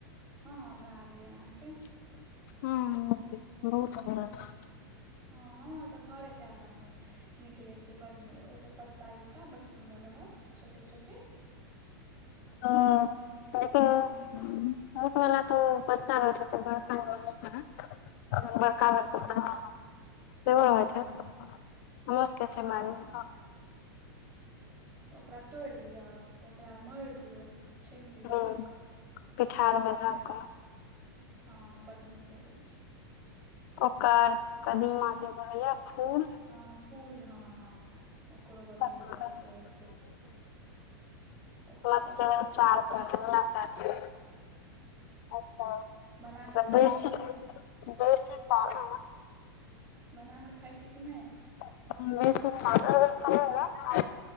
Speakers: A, on the right; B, on the left.
A: हँ हमरा आबैया, अहाँके?
B: <unintelligible>
A: हँ हमें तऽ घरे के आटा में निकले छै बड नीक ओतऽ पत्ता जका बड सुन्दर रहत छोटे छोटे
B: ह
A: नीक
B: लेकिन
A: हँ नीक लगै छै।
B: फूट वला तो पत्ता
A: हँ
B: रह <unintelligible> बड़का भेल
A: हँ हँ
B: <unintelligible>
A: हँ
B: सेहो होैत
A: हूँ
B: हत। हमरो सब के छै
A: हँ
B: बारी
A: हँ
B: में
A: ओकरा तोड़ि लिअ ओकरा मोर दियौ छान लिअ
B: हूँ
A: धऽ कऽ।
B: पिठार
A: ओहिमे आओर
B: मे
A: की
B: धऽ
A: चाही
B: कऽ
A: हँ बड नीक लगैत छै।
B: ओकर
A: सएह
B: कदीमा
A: छै
B: के जे होइया फूल
A: हँ फूल, हँ-हँ-हँ ओकरो बड़ नीक
B: तकर
A: लगैत रहै छै। ओकर
B: प्लसतर
A: तऽ ओकर तऽ
B: चार पड़ अगला साल अच्छा,
A: बना
B: त
A: कऽ खाइ
B: बेसी-
A: छी कि नहि
B: बेसी, बेसी काल, आंऽ?
A: बना कऽ खाइ छी कि नैय?
B: उम्म, बेसी काल <unintelligible> <inaudible>